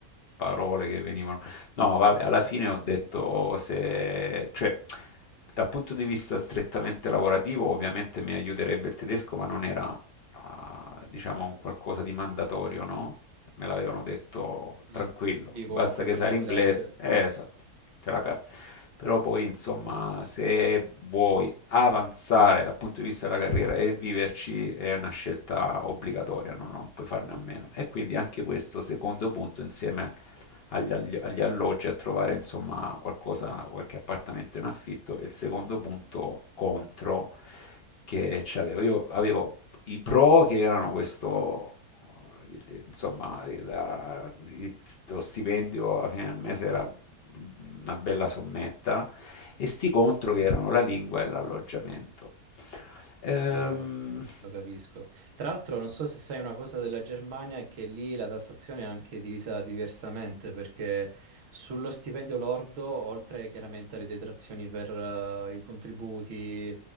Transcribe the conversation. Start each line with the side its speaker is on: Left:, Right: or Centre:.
Left: parole che venivano. No, vabbè, alla fine
Right: Sì.
Left: ho detto se, cioè, dal punto di vista strettamente lavorativo, ovviamente mi aiuterebbe il tedesco, ma non era a, diciamo, a un qualcosa di mandatorio, no? Me l'avevano detto tranquillo,
Right: Mm. Lì
Left: basta
Right: comunque
Left: che
Right: con
Left: sai
Right: l'inglese.
Left: l'inglese, eh, esatto, te la capi. Però poi, insomma, se vuoi avanzare dal punto di vista della carriera e viverci è una scelta obbligatoria, no? Non puoi farne a meno. E quindi anche questo secondo punto, insieme agli, agli- agli alloggi, a trovare, insomma, qualcosa, qualche appartamento in affitto, e il secondo punto contro che c'avevo. Io avevo i pro che erano questo, eh, il- insomma, il- il- lo stipendio alla fine del mese era una bella sommetta, e sti contro che
Right: eh.
Left: erano la lingua e l'alloggiamento. Ehm,
Right: Eh, lo capisco. Tra l'altro, non so se sai una cosa della Germania, è che lì la tassazione è anche divisa diversamente, perché sullo stipendio lordo, oltre chiaramente alle detrazioni per eh, i contributi,